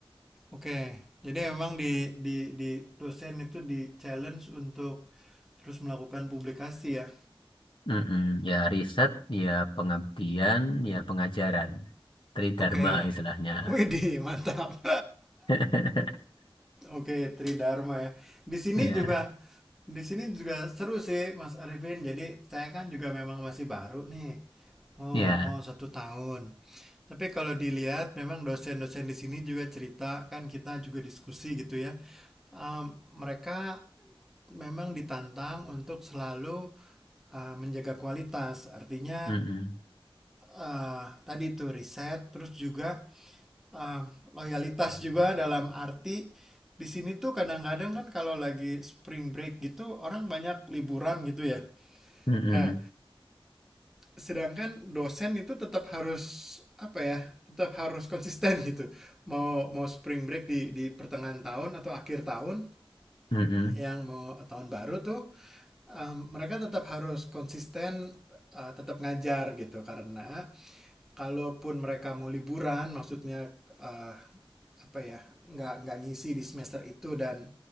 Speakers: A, in the centre; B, on the left.
A: Oke. Jadi emang di di di dosen itu di challenge untuk terus melakukan publikasi ya.
B: Mm-mm. Ya riset, ya pengabdian, ya pengajaran. Tridharma
A: Oke.
B: istilahnya.
A: Widih, mantap.
B: <laughs>
A: Oke, Tridharma ya. Di sini
B: Iya,
A: juga di sini juga seru sih Mas Arifin. Jadi saya kan juga memang masih baru nih. Mau
B: iya.
A: mau satu tahun. Tapi kalau dilihat memang dosen-dosen di sini juga cerita kan kita juga diskusi gitu ya. Um, mereka memang ditantang untuk selalu uh, menjaga kualitas. Artinya
B: Mm-mm.
A: uh, tadi itu riset terus juga uh, loyalitas juga dalam arti di sini tuh kadang-kadang kan kalau lagi spring break gitu orang banyak liburan gitu ya.
B: Mm-mm.
A: Nah, sedangkan dosen itu tetap harus apa ya? Tetap harus konsisten <laughs> gitu. Mau mau spring break di di pertengahan tahun atau akhir tahun
B: Mm-mm.
A: yang mau tahun baru tuh um, mereka tetap harus konsisten uh, tetap ngajar gitu karena kalaupun mereka mau liburan maksudnya eh, apa ya nggak nggak ngisi di semester itu dan